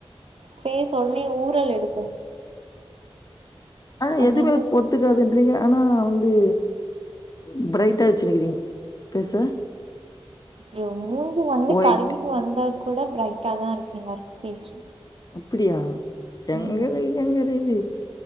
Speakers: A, on the right; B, on the left.
A: ஃபேஸ் ஒட்னே ஊறல் எடுக்கு
B: ஆனா
A: அதனால
B: எதுமே
A: எதுவும்
B: ஒத்துக்காதுன்றீங்க ஆனா வந்து ம பிரைட்டா வச்சுருக்கிறீங்க ‌எஸ் ஸார்
A: ஏ மூஞ்சு வந்து
B: ஒயிட்
A: கழுவிட்டு வந்தா கூட பிரைட்டா தா இருக்கூ எல்லாருக்கூ ஃபேஸ்
B: அப்டியா <unintelligible>
A: ம்
B: எங்க ‌இது